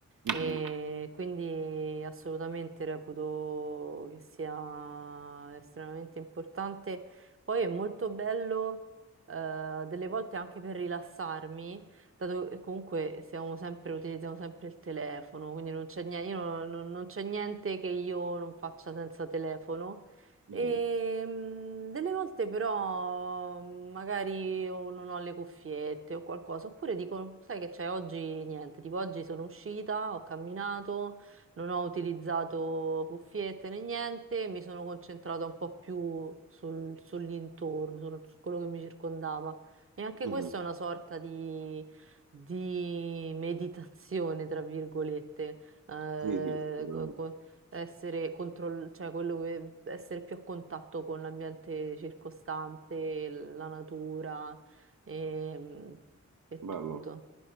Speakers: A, on the right (about 75°); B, on the right (about 45°).
A: Mhm,
B: E quindi assolutamente reputo che sia estremamente importante. Poi è molto bello, eh, delle volte anche per rilassarmi, dato che comunque siamo sempre, utilizziamo sempre il telefono, quindi non c'è niente, io non, non- non c'è niente che io non faccia senza telefono.
A: mhm,
B: E, mm, delle volte però mm, magari o non ho le cuffiette o qualcosa, oppure dico, sai che c'è, oggi niente, tipo oggi sono uscita, ho camminato, non ho utilizzato cuffiette né niente, mi sono concentrata un po' più sul, sull'intorno, sul- su quello che mi circondava. E anche
A: mhm.
B: questa è una sorta di, di meditazione, tra virgolette. Eh,
A: Sì, sì, assolutamente.
B: co- co- essere control- cioè quello che- essere più a contatto con l'ambiente circostante, la natura ehm, e,
A: Bello,
B: tutto.